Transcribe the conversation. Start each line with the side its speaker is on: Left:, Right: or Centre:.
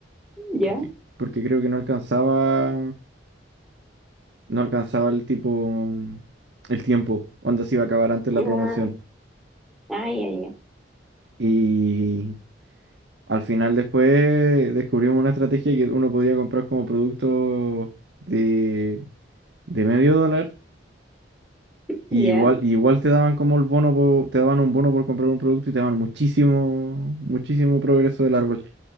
Centre: ¿Ya?
Right: porque, porque creo que no alcanzaba, no alcanzaba el tipo, el tiempo, onda se iba a acabar antes
Centre: Ah,
Right: la promoción.
Centre: ah, ya, ya.
Right: Y Al final después descubrimos una estrategia que uno podía comprar como producto de, de medio dólar y
Centre: ¿Ya?
Right: igual, igual te daban como el bono, por- te daban un bono por comprar un producto y te daban muchísimo, muchísimo progreso del árbol.